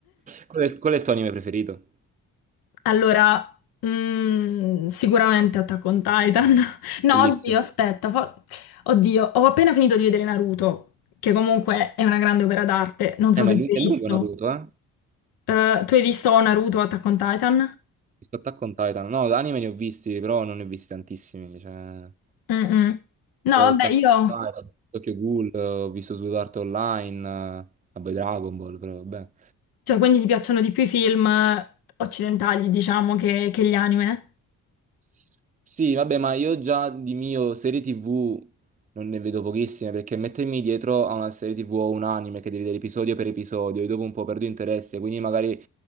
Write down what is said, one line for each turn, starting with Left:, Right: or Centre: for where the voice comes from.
Right: Qual è, qual è il tuo anime preferito?
Left: Allora, mm, sicuramente Attack on Titan. <laughs> No,
Right: Bellissimo.
Left: oddio, aspetta. fo- Oddio, ho appena finito di vedere Naruto, che comunque è una grande opera d'arte. Non so
Right: Eh, ma
Left: se
Right: è lu-
Left: l'hai
Right: è
Left: visto.
Right: lungo Naruto, eh?
Left: Eh, tu hai visto Naruto Attack on Titan?
Right: Visto Attack on Titan. No, anime ne ho visti, però non ne ho visti tantissimi. Cioè,
Left: Mm-mm.
Right: sto
Left: No, vabbè,
Right: Attack
Left: io...
Right: on Titan, ho visto Tokyo Ghoul, eh, ho visto Sword Art Online, eh, vabbè Dragon Ball, però vabbè.
Left: Cioè, quindi ti piacciono di più i film eh, occidentali, diciamo, che, che gli anime?
Right: S- Sì, vabbè, ma io già di mio serie TV non ne vedo pochissime perché mettermi dietro a una serie TV o un anime che devi vedere episodio per episodio, io dopo un po' perdo interesse, quindi magari